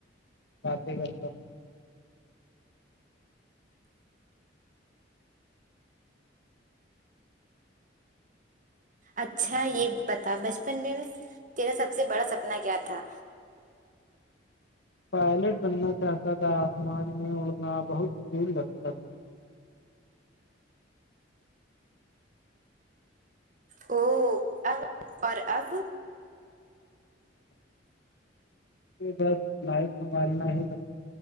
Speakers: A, on the left; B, on the right.
A: باتیں کر کر
B: اچھا یہ بتا بچپن میں تیرا سب سے بڑا سپنا کیا تھا
A: پائلٹ بننا چاہتا تھا آسمان میں اڑنا بہت پول لگتا تھا
B: او ا اور اب
A: بس لائف سنبھالنا ہی